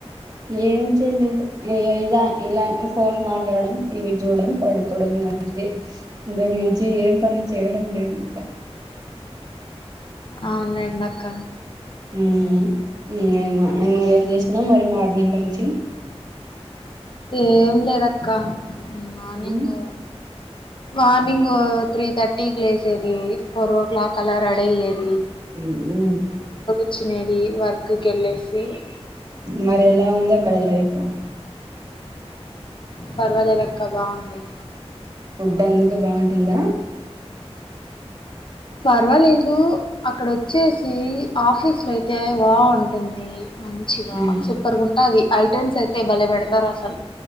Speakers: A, on the right; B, on the left.
A: ఏం చేయలేదు ఇద ఇలా ఫోన్ మాట్లాడం టీవీ చూడడం పడుకోవడం అంతే ఇంతకు మించి ఏం పని చేయడం లేదు ఇంకా
B: అవున్ లేండి అక్క
A: మ్ ఇంకేం మా ఏం చేసివవ్ మరి మార్నింగ్ నుంచి
B: ఏం లేదక్క మార్నింగు
A: ఉమ్
B: మార్నింగ్ త్రీ థర్టీకి లేసేది ఫోర్ ఓ క్లాక్ అలా రెడీ అయ్యేది
A: మ్
B: వచ్చినది వర్క్ కి వెళ్ళేసి చే
A: మరి ఎలా ఉంది అక్కడ లైఫ్
B: పర్వాలేదక్క బాగుంది
A: ఫుడ్ అందుకు బాగుంటుందా
B: పర్వాలేదు అక్కడ వచ్చేసి ఆఫీస్ లో అయితే బా ఉంటుంది మంచిగా
A: ఉమ్
B: సూపర్ గుంటం అవి ఐటెమ్స్ అయితే భలే పెడతారుా అసలు